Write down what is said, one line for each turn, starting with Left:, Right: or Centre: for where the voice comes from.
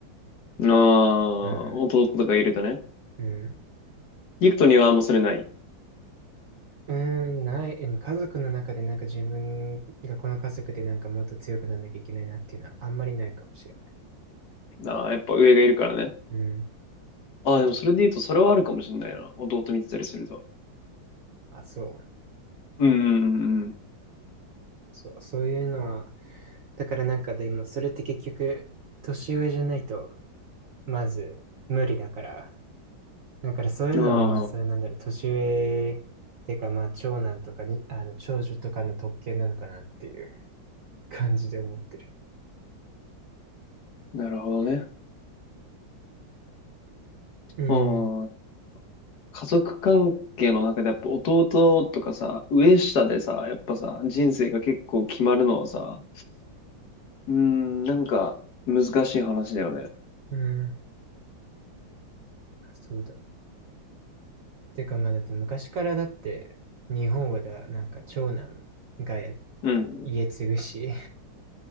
Left: ああ、
Right: うん。
Left: 弟とかいるとね。
Right: うん。
Left: リクトにはあんまそれない。
Right: うーん、ない、うん、家族の中でなんか自分がこの家族でなんかもっと強くなんなきゃいけないなっていうのはあんまりないかもしれ
Left: ああ、やっぱ上がいるからね。
Right: ん。うん。
Left: ああ、でもそれで言うとそれはあるかもしれないな。弟見てたりすると。
Right: あ、そう。
Left: うんうんうん
Right: そう、そういうのは、だからなんかでもそれって結局、年上じゃないと、まず無理だから。だからそういうのはまあ、
Left: うん。
Right: そういうなんだろう、
Left: ああ、
Right: 年上っていうかまあ、長男とかに、あの、長女とかの特権なのかなっていう感じで思ってる。
Left: なるほどね。
Right: うん、
Left: ああ、家族関係の中でやっぱ弟とかさ、上下でさ、やっぱさ、人生が結構決まるのはさ、うん、なんか難しい話だよね。
Right: うん、そうだね。てかまあだって昔からだって日本はだなんか長男が
Left: うん。
Right: 家継ぐし、